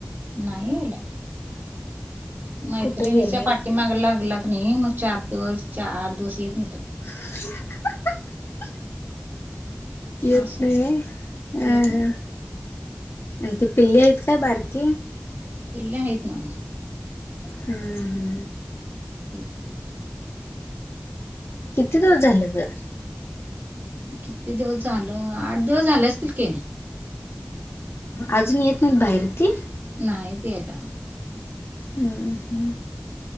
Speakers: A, on the right; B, on the left.
A: नाही याला. मैत्रिणीच्या
B: कुठे गेलाय
A: पाठी माग लागला का नाही, मग चार दिवस, चा आठ दिवस येत नाही तो.
B: <inaudible> येत
A: असं
B: नाही
A: आहे
B: व्हय
A: येत
B: हा
A: नाही
B: हा आणि ती पिल्ली आहेत काय बारकी?
A: पिल्ली हायीत न्हव.
B: हू हू.
A: निेत <inaudible>
B: किती दिवस झाल ग?
A: किती दिवस झालं? आठ दिवस झाल असतील की.
B: आजून येत नाहीत बाहेर ती?
A: नाहीत यायला.
B: हू हू.